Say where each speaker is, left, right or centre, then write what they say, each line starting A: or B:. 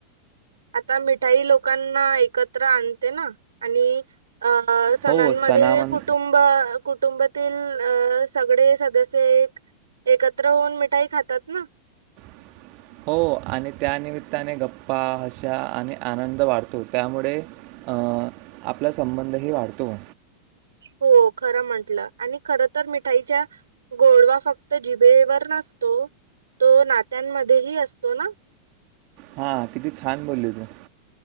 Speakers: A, on the right; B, on the right.
A: आता मिठाई लोकांना एकत्र आणते ना आणी अ सणांमध्ये
B: हो सणामन
A: कुटुंब कुटुंबातील अ सगळे सदस्य एक एकत्र होऊन मिठाई खातात ना?
B: <inaudible> हो आणि त्यानिमित्ताने गप्पा हशा आणि आनंद वाढतो त्यामुळे- अ आपला संबंधही वाढतो.
A: हो खर म्हंटलं आणि खरं म्हणजे या तर मिठाईच्या गोडवा फक्त जिभेवर नसतो. तो तो नात्यांमध्ये ही असतो ना?
B: हा किती छान बोलले तू.